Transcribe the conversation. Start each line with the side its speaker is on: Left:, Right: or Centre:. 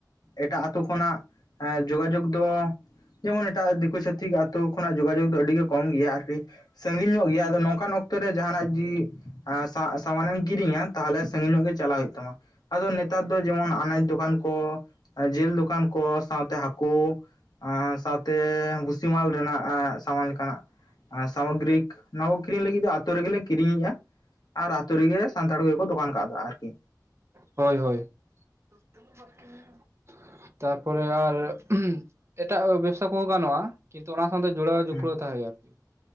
Left: ᱮᱴᱟᱜ ᱟᱛᱩ ᱠᱷᱚᱱᱟᱜ ᱡᱳᱜᱟᱡᱳᱜᱽ ᱫᱚ ᱡᱮᱢᱚᱱ ᱮᱴᱟᱜ ᱫᱤᱠᱩ ᱪᱷᱟᱛᱤᱠ ᱟᱛᱳ ᱠᱷᱚᱱᱟᱜ ᱡᱳᱜᱟᱡᱳᱜᱽ ᱫᱚ ᱟᱹᱰᱤ ᱜᱮ ᱠᱚᱢ ᱜᱮᱭᱟ ᱟᱨᱠᱤ ᱥᱟᱺᱜᱤᱧ ᱧᱚᱜ ᱜᱮᱭᱟ ᱟᱫᱚ ᱱᱚᱝᱠᱟᱱ ᱚᱠᱛᱚ ᱨᱮ ᱡᱟᱦᱟᱱᱟᱜ ᱡᱤ ᱮ ᱥᱟ ᱥᱟᱢᱟᱱᱮᱢ ᱠᱤᱨᱤᱧᱟ ᱛᱟᱦᱚᱞᱮ ᱥᱟᱺᱜᱤᱧ ᱧᱚᱜ ᱜᱮ ᱪᱟᱞᱟᱜ ᱦᱩᱭᱩᱜ ᱛᱟᱢᱟ ᱟᱫᱚ ᱱᱮᱛᱟᱨ ᱫᱚ ᱡᱮᱢᱚᱱ ᱟᱱᱟᱡ ᱫᱚᱠᱟᱱ ᱠᱚ ᱡᱤᱞ ᱫᱚᱠᱟᱱ ᱠᱚ ᱥᱟᱶᱛᱮ ᱦᱟᱹᱠᱳ ᱥᱟᱶᱛᱮ ᱵᱷᱩᱥᱤᱢᱟᱞ ᱨᱮᱱᱟᱜ ᱥᱟᱢᱟᱱ ᱞᱮᱠᱟᱱᱟᱜ ᱥᱟᱢᱚᱜᱨᱤ ᱱᱚᱣᱟ ᱠᱚ ᱠᱤᱨᱤᱧ ᱞᱟᱹᱜᱤᱫ ᱫᱚ ᱟᱛᱳ ᱨᱮᱜᱮᱞᱮ ᱠᱤᱨᱤᱧᱮᱜᱼᱟ ᱟᱨ ᱟᱛᱳ ᱨᱮᱜᱮ ᱥᱟᱱᱛᱟᱲ ᱜᱮᱠᱚ ᱫᱚᱠᱟᱱ ᱠᱟᱫᱟ ᱟᱨᱠᱤ
Right: ᱦᱳᱭ ᱦᱳᱭ <inaudible> ᱛᱟᱨᱯᱚᱨᱮ ᱟᱨ ᱮᱴᱟᱜ ᱵᱮᱵᱥᱟ ᱠᱚᱦᱚᱸ ᱜᱟᱱᱚᱜᱼᱟ ᱠᱤᱱᱛᱩ ᱚᱱᱟ ᱥᱟᱶᱛᱮ ᱡᱳᱲᱟᱣ ᱡᱩᱯᱲᱟᱣ
Left: ᱦᱩᱸ
Right: ᱛᱟᱦᱮ ᱦᱳᱭᱳᱜᱼᱟ ᱟᱨᱠᱤ